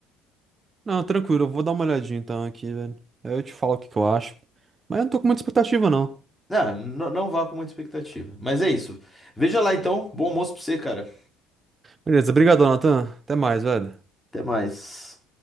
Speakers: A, on the right (about 30°); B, in the centre.
A: Não, tranquilo, eu vou dar uma olhadinha então aqui, velho. Aí eu te falo o que que eu acho. Mas eu não tô com muita expectativa, não.
B: Ah, não, não vá com muita expectativa. Mas é isso. Veja lá então. Bom almoço pra você, cara.
A: Beleza, obrigado, Nathan. Até mais, velho.
B: Até mais.